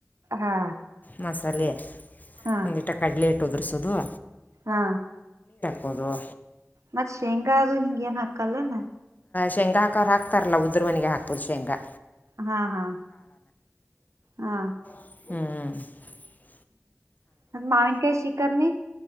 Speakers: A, on the right (about 85°); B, on the left (about 35°).
A: ಹಾ
B: ಮಸಾಲೆ
A: ಹಾ
B: ಒಂದಿಟ ಕಡಲೆ ಇಟ್ಟದ್ರ ಸ ಬ
A: ಹಾ
B: ಕೂದುವ
A: ಮತ್ತ್ ಶೇಂಗಾದೂ ಹಿಂಗ ಏನ್ ಹಾಕಲ್ಲ
B: ಶೇಂಗ ಹಾಕೋ್ ಹಾಕ್ತಾರಲ್ಲ ಉದ್ರ ಮನಿಗೆ ಹಾಕ್ಬೋದು ಶೇಂಗಾ
A: ಹಾ ಹಾ ಹಾ
B: ಹ್ಮ್್ಮ
A: ಹ್ಮ್ ಮಾವಿನ್ ಕಾಯ ಶಿಕಾರನ